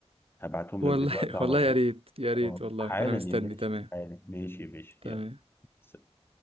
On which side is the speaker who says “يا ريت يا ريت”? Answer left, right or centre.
Right